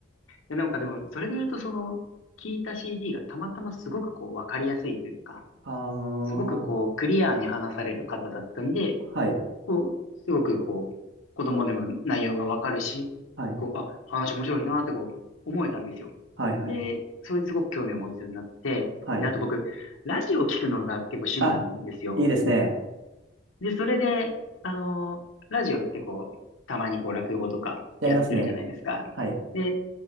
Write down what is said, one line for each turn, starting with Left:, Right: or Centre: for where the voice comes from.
Left: で、なんかでも、それで言うと、その、聞いた CD がたまたますごくこう、わかりやすいというか、
Right: あー、
Left: すごくこう、クリアに話される方だったんで、
Right: はい、
Left: こう、すごくこう、子供でも内容がわかるし、
Right: はい、
Left: こう、あ、話面白いなーってこう、思えたんですよ。
Right: はい、はい、
Left: で、それですごく興味を持つようになって、
Right: はい。
Left: で、あと僕、ラジオを聞くのが結構趣味なんですよ。
Right: あ、いいですね。
Left: で、それで、あのーラジオってこう、たまにこう、落語とかやってるじゃないですか。
Right: やりますね。はい。
Left: で、